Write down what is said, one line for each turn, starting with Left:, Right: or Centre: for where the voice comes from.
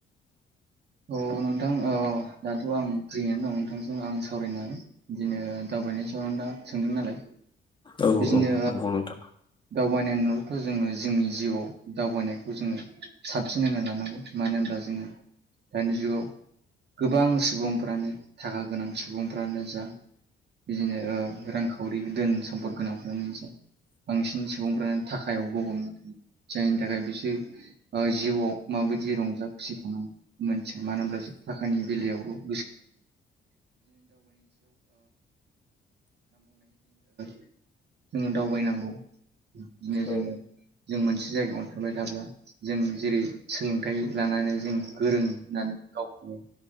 Right: औ नोंथां ओ दाथ' आं फ्रियनो दं नोंथांजों आं सावरायनो हागोन। बिदिनो दावबायनाय सायाव नोंथांआ सोंदों नालाय
Left: औ
Right: बिदिनो
Left: औ नंगौ नोंथां
Right: दावबायनाय नलाथ' जोङो जोंनि जिउआव दावबायनायखौ जोङो साबसिन होनना लानांगौ मानो होनब्ला जोङो <inaudible> दानि जुगाव गोबां सुबुंफ्रानो थाखा गोनां सुबुंफ्रानो जा बिदिनो रांखावरि धोन सम्फद गोनां फ्रानो जा बांसिन सुबुंफ्रानो थाखायाव गब'नो जायनि थाखाय बिसोर ओ जिउआव माबायदि रंजा खुसि थानांगौ मोनथिया मानो होनोमब्ला जों थाखानि बेलायावल' <inaudible> जोङो दावबायनांगौ बिदिनो जोङो
Left: औ
Right: जों मोनसे जायगायावनो थाबाय थाब्ला जों जेरै सोलोंथाइ लानानै जों गोरों होननानै गावखौनो